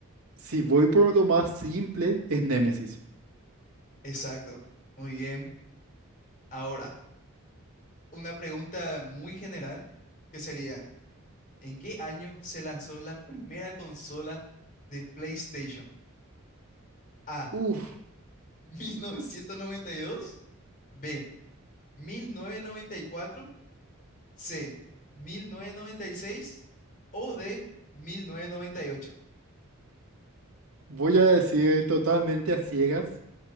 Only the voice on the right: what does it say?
si voy por lo más simple, es Némesis.
Uf,
voy a decir totalmente a ciegas